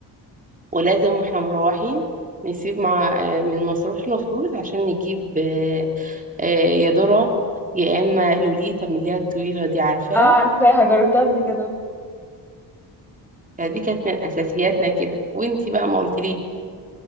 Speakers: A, on the right; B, in the centre.
A: ولازم واحنا مروحين نسيب مع آه، من مصروفنا فلوس عشان نجيب آه، آه، يا ذرة يا اما لوليتا من اللي هي الطويلة دي عارفاها
B: اه عارفاها جربتها قبل كده
A: فدي كانت من اساسياتنا كده وانتي بقى ما قلتليش